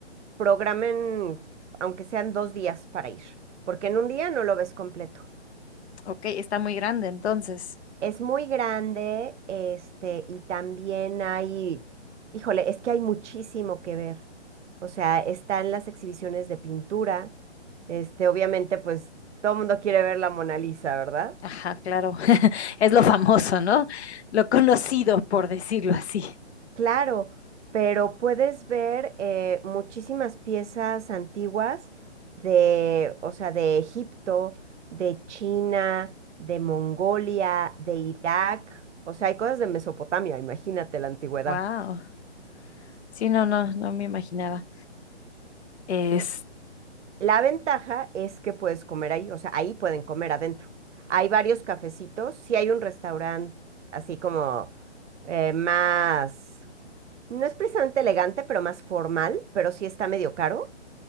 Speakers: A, on the right (about 85°); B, on the left (about 70°).
A: programen, aunque sean dos días para ir, porque en un día no lo ves completo.
B: Ok, está muy grande entonces.
A: Es muy grande, este, y también hay, híjole, es que hay muchísimo que ver. O sea, están las exhibiciones de pintura, este, obviamente, pues todo el mundo quiere ver la Mona Lisa, ¿verdad?
B: Ajá, claro, <laughs> es lo famoso, ¿no? Lo conocido, por decirlo así.
A: Claro, pero puedes ver eh, muchísimas piezas antiguas de, o sea, de Egipto, de China, de Mongolia, de Irak, o sea, hay cosas de Mesopotamia, imagínate la antigüedad.
B: Wow. Sí, no, no, no me imaginaba. Es...
A: La ventaja es que puedes comer ahí, o sea, ahí pueden comer adentro. Hay varios cafecitos, sí hay un restaurante así como eh, más, no es precisamente elegante, pero más formal, pero sí está medio caro.